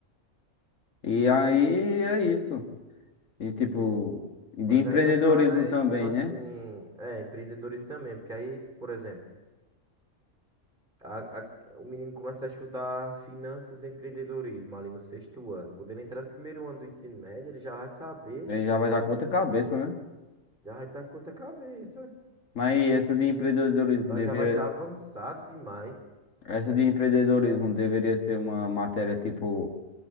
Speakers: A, on the left; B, in the centre.
A: E aí é isso. E tipo, e de
B: Mas
A: empreendedorismo
B: aí não tá, né?
A: também,
B: E tipo assim,
A: né?
B: é, empreendedorismo também, porque aí, por exemplo, a- a- o menino começa a estudar finanças e empreendedorismo ali no sexto ano. Quando ele entrar no primeiro ano do ensino médio, ele já vai saber,
A: Aí já vai dar com outra cabeça, né?
B: já vai estar com outra cabeça,
A: Mas essa de empreendedorismo
B: Lá
A: deveria,
B: já vai estar avançado demais.
A: essa de empreendedorismo deveria ser uma matéria tipo